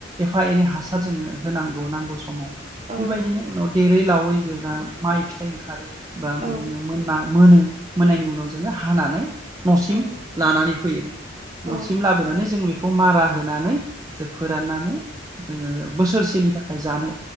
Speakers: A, on the right (about 15°); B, on the right (about 30°).
A: एफा एनै हासार जोङो होनांगौ नांगौ समाव बेबायदिनो
B: औ
A: उनाव देरै लावै जेब्ला माइ फिथाइ ओंखारो बा
B: औ
A: बि दिनो मोनना मोनो मोननायनि उनाव जोङो हानानै न'सिम
B: औ नंगौ
A: लानानै फैयो न'सिम
B: औ
A: लाबोनानै जों बेखौ मारा होनानै जो फोराननानै जोङो बोसोरसेनि थाखाय जानो